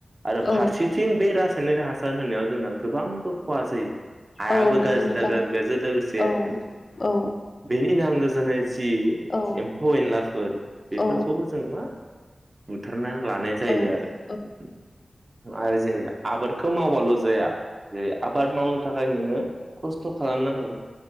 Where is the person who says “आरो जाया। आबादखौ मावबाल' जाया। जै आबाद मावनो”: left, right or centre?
Right